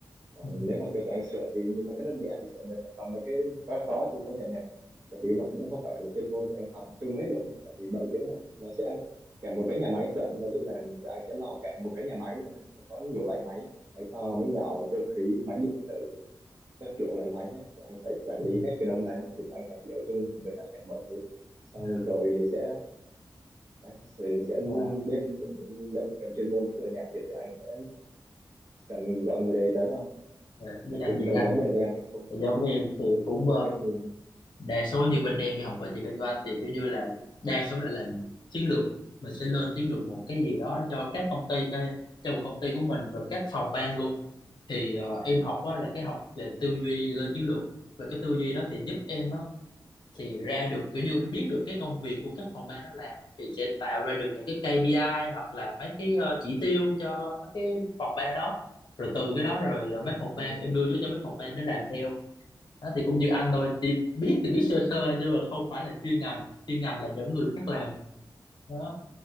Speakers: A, on the right; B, on the left.
A: còn
B: Ừ,
A: nếu mà kiểu tụi anh sửa thì những mấy cái đơn giản thì sửa được còn mấy cái quá khó thì không thể nào tại vì nó cũng không phải là chuyên môn tụi anh học chung hết luôn tại vì bảo dưỡng mà nó sẽ cả một cái nhà máy tụi anh nói chung là tụi anh sẽ lo cả một cái nhà máy luôn ấy. nó có nhiều loại máy máy to máy nhỏ máy cơ khí máy điện tử các kiểu loại máy hết tụi anh phải quản lý
B: ừ,
A: hết cái đống đấy thì tụi anh phải hiểu chung về tất cả mọi thứ xong
B: dạ,
A: rồi sẽ đấy, sẽ, sẽ
B: dạ,
A: biết nếu mà cần chuyên môn với người nào thì tụi anh sẽ cần gọi người đấy tới thôi
B: dạ. Với
A: chắc
B: anh
A: cũng
B: vậy
A: giống
B: anh
A: giống bên em á, không
B: giống
A: có
B: với em thì cũng
A: không có
B: ờ,
A: chuyên môn
B: đa số như bên em đi học
A: ừ.
B: quản trị kinh doanh thì kiểu như là đa số là làm chiến lược mình sẽ lên chiến lược một cái gì đó cho các công ty ê, cho một công ty của mình và các phòng ban luôn thì ờ, em học á, là cái học về
A: Ừ.
B: tư duy lên chiến lược và cái tư duy đó thì giúp em á, thì ra được kiểu như biết được cái công việc của các phòng ban nó làm thì sẽ tạo ra được những cái KPI hoặc là mấy cái ờ, chỉ tiêu cho mấy cái phòng ban đó rồi từ cái đó rồi ờ, mấy phòng ban
A: Ừ.
B: em đưa vô cho mấy phòng ban để làm theo đó thì cũng như anh thôi chỉ biết thì biết sơ sơ nhưng mà không phải là chuyên ngành chuyên ngành là những người khác làm đó